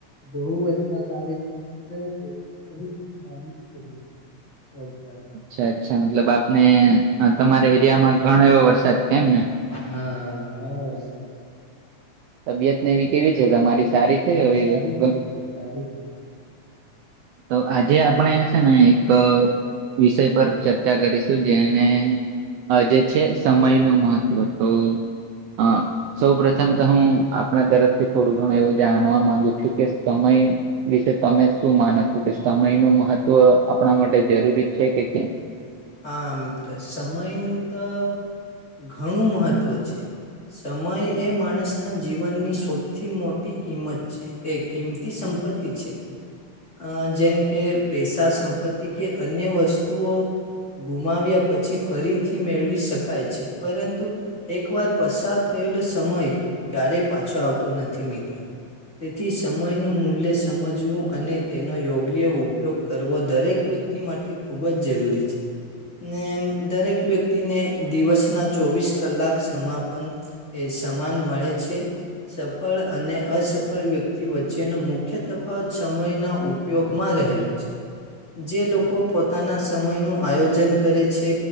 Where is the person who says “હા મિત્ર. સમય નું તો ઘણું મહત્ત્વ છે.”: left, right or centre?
Left